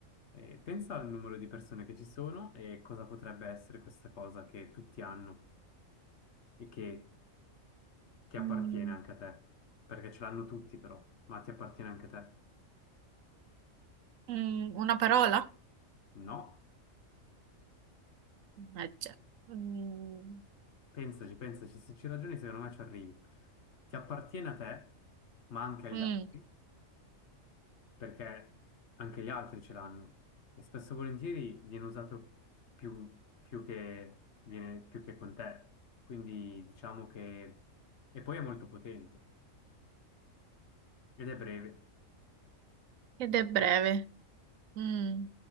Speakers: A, on the left; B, on the right.
A: Eh, pensa al numero di persone che ci sono e cosa potrebbe essere questa cosa che tutti hanno e che ti appartiene
B: Mm,
A: anche a te. Perché ce l'hanno tutti, però, ma ti appartiene anche a te.
B: Mm, una parola?
A: No,
B: Eh già. Mm,
A: pensaci, pensaci, se ci ragioni, secondo me ci arrivi. Ti appartiene a te, ma anche agli
B: mm,
A: altri. perché anche gli altri ce l'hanno e spesso e volentieri viene usato più, più che, viene, più che con te, quindi diciamo che... e poi è molto potente ed è breve,
B: ed è breve. Mm.